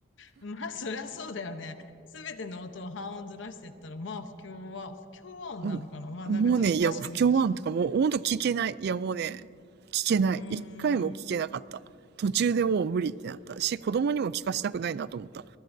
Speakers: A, on the left; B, on the right.
A: まあ、そりゃそうだよね。すべての音を半音ずらしていったら、まあ、不協和、不協和音なのかなまあ、
B: もうん。
A: なんかちょっと確かに、
B: もうね、いやもう不協和音とかもうほんと聞けない。いやもうね、聞けない。
A: うーん。
B: 一回も聞けなかった。途中でもう無理ってなったし、子供にも聞かしたくないなと思った。